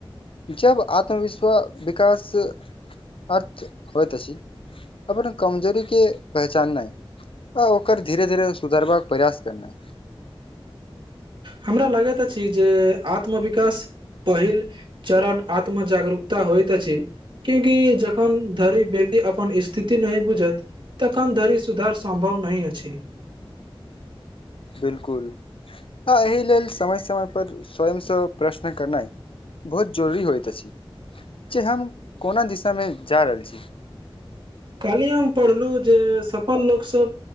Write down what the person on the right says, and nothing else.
हमरा लागैत अछि जे आत्मविकास पहिल चरण आत्मजागरूकता होइत अछि। क्यूंकि जखन धरी व्यक्ति अपन स्थिति नहि बुझत। तखन धरि सुधार सम्भव नहि अछि।
काल्हि हम पढ़लहु जे सफल लोकसभ